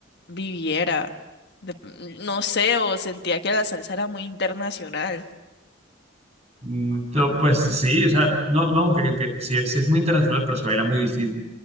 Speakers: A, on the left; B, on the right.
A: viviera. de- no sé, o sentía que la salsa era muy internacional.
B: Mm, to- Pues sí, o sea, no, no, aunque que, sí, sí es muy internacional, pero se baila muy distinto.